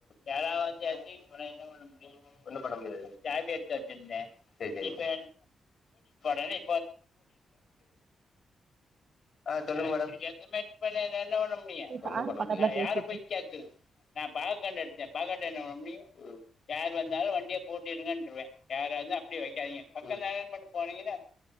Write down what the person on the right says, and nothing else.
சாரு
பக்கத்துல
பேசிட்டு